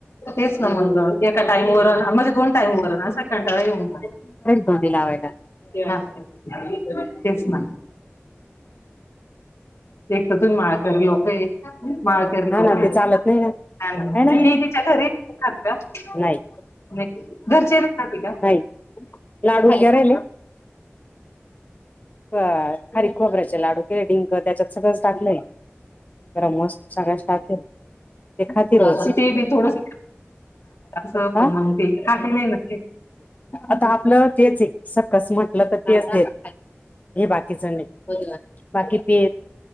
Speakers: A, on the left; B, on the left.
A: तेच ना मग एका टाइम व म्हणजे दोन टाइमवरन स येऊन
B: त ला
A: ते तेच ना एक तर तुम माळक लोक आहे माळकर
B: हा
A: लोक
B: ना
A: आहे
B: ते चालत नाही ना
A: <unintelligible>
B: आहे ना
A: <inaudible>
B: नाही
A: नाही घरचेेतते का
B: नाही लाडू कराल का खारी खबराचे लाडूक डिंक त्याच्यात सगळं टाकलंय तरमस सग तेखात र
A: ते बी थोडस असं
B: हा
A: पण मग ते खाती नाही ना ते.
B: आता आपलं तेच आहे सकस म्हटलं तर तेच देत हे बाकीच नाही बाकी पे